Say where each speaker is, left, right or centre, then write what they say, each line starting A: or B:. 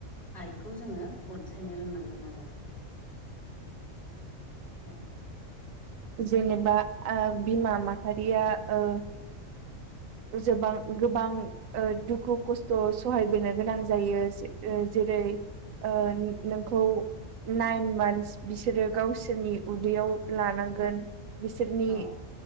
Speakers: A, on the left (about 30°); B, on the right (about 85°).
A: आइखौ जोङो अनसायनो रोंनांगोन आरो। औ
B: जेनेबा ओ बिमा माहारिया ओ जबां गोबां ओ दुखु खस्थ' सहायबोनो गोनां जायो जेरै ओ नोंखौ नाइन मानस बिसोरो गावसोरनि उदैयाव लानांगौ गोन बिसोरनि
A: औ